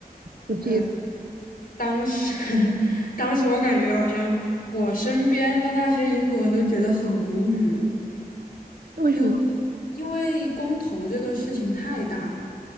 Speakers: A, on the right; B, on the left.
A: 我记得
B: 呃，当时 <laughs> 当时我感觉好像我身边的那些英国人都觉得很无语，
A: 为什么？
B: 因为因为公投这个事情太大了。